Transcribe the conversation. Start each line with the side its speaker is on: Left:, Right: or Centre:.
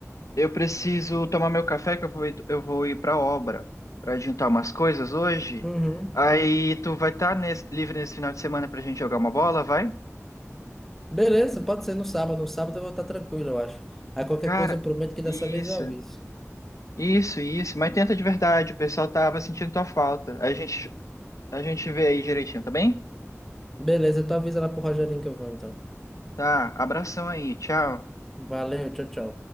Left: Eu preciso tomar meu café que eu vou ir, eu vou ir para obra para adiantar umas coisas hoje.
Centre: Uhum.
Left: Aí tu vai estar livre nesse final de semana pra gente jogar uma bola, vai?
Centre: Beleza, pode ser no sábado. No sábado eu vou estar tranquilo, eu acho. Aí qualquer
Left: Cara,
Centre: coisa eu prometo que dessa
Left: isso,
Centre: vez eu aviso.
Left: isso, isso. Mas tenta de verdade, o pessoal tava sentindo tua falta. A gente, a gente vê aí direitinho, tá bem?
Centre: Beleza, tu avisa lá pro Rogerinho que eu vou então.
Left: Tá, abração aí, tchau.
Centre: Valeu, tchau, tchau.